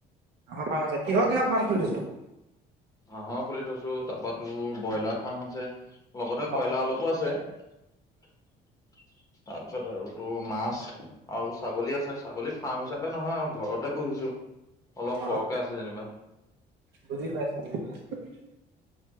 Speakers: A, on the right (about 85°); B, on the left (about 20°).
A: হাঁহৰ ফাৰ্ম আছে কিহৰ কিহৰ ফাৰ্ম খুলি থৈছো
B: হাঁহৰ খুলি থৈছো তাৰপৰা তোৰ ব্ৰইলাৰ ফাৰ্ম আছে লগতে
A: অ
B: কয়লা অলপো আছে তাৰপিছত আৰু তোৰ মাছ আৰু ছাগলী আছে ছাগলী ফাৰ্ম হিচাপে নহয় আৰু ঘৰতে পুহিছো অলপ
A: অ
B: সৰহকে আছে যেনিবা
A: বুজি পাইছো <unintelligible>